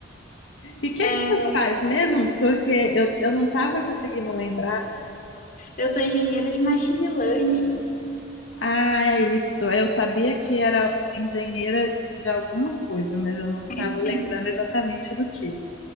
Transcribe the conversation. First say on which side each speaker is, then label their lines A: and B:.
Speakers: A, on the left (about 85°); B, on the left (about 50°).
A: E o que
B: É,
A: é que você faz mesmo? Porque eu, eu não tava conseguindo lembrar.
B: eu sou engenheira de machine learning.
A: Ah, é isso. Eu sabia que era engenheira de alguma coisa, mas eu não tava
B: <laughs>
A: lembrando exatamente do que.